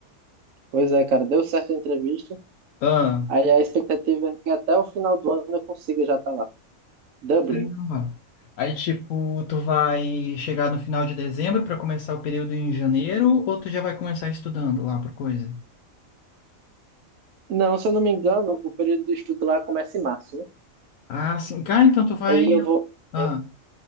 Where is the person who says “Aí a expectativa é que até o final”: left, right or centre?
Right